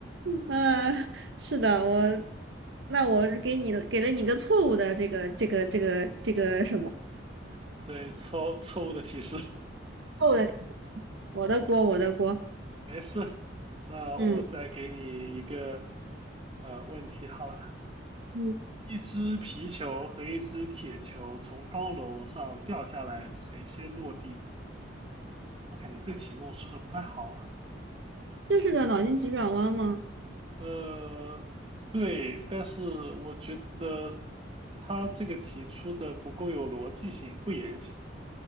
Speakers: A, on the right (about 70°); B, on the right (about 30°).
A: 嗯，是的，我，那我给你给了你一个错误的这个这个这个这个什么？
B: 呃对，错错误的提示，
A: 错误的，我的锅，我的锅。
B: 没事，那我再给你一个
A: 嗯
B: 呃问题好了。
A: 嗯，
B: 一只皮球和一只铁球从高楼上掉下来，谁先落地？我感觉这题目出的不太好啊。
A: 这是个脑筋急转弯吗？
B: 呃，对，但是我觉得他这个题出的不够有逻辑性，不严谨，